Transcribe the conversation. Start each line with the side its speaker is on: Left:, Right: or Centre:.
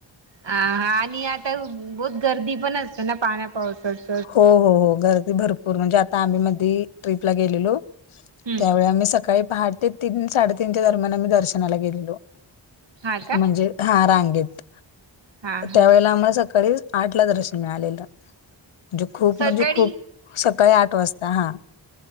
Right: ह हा आणि आता बहुत गर्दी पण असते ना पाण्या पावसात.
Left: हो हो हो गर्दी भरपूर म्हणजे आ आता आम्ही मध्ये ट्र्रीपला गेलेलो
Right: हम्म
Left: त्यावेळी आम्ही सकाळी पहाटे तीन साडेतीनच्या दरम्यान आम्ही दर्शनाला गेलेलो
Right: हा का
Left: म्हणजे हा रांगेत
Right: हा हा
Left: त्यावेेळेला आम्हाला सकाळी आठला दर्शन मिळालेलं. म्हणजे खूप
Right: सकाळी
Left: म्हणजे खूप सकाळी आठ वाजता हा.